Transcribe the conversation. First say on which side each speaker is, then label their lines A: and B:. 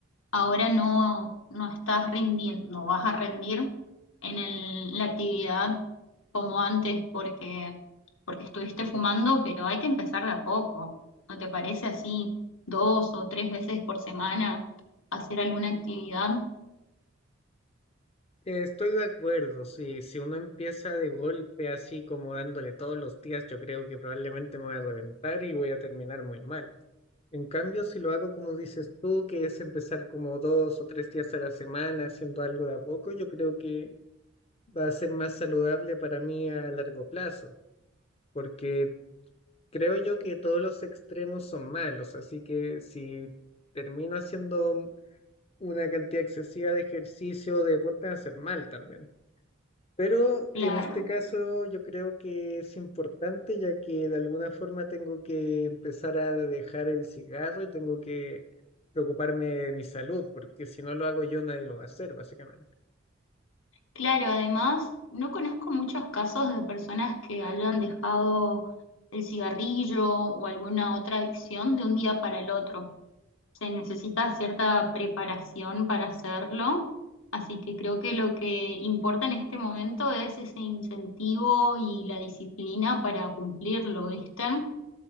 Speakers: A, on the left; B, on the left.
A: ahora no, no estás rindiendo, no vas a rendir en el- la actividad como antes porque, porque estuviste fumando, pero hay que empezar de a poco. ¿No te parece así dos o tres veces por semana hacer alguna actividad?
B: Eh, Estoy de acuerdo, si, si uno empieza de golpe así como dándole todos los días, yo creo que probablemente me voy a reventar y voy a terminar muy mal. En cambio, si lo hago como dices tú, que es empezar como dos o tres días a la semana haciendo algo de a poco, yo creo que va a ser más saludable para mí a largo plazo porque Creo yo que todos los extremos son malos, así que si termino haciendo una cantidad excesiva de ejercicio, de deporte, va a ser mal también. Pero
A: Claro.
B: en este caso yo creo que es importante ya que de alguna forma tengo que empezar a dejar el cigarro y tengo que preocuparme de mi salud, porque si no lo hago yo, nadie lo va a hacer, básicamente.
A: Claro, además, no conozco muchos casos de personas que hayan dejado el cigarrillo o alguna otra adicción de un día para el otro. Se necesita cierta preparación para hacerlo, así que creo que lo que importa en este momento es ese incentivo y la disciplina para cumplirlo, ¿viste?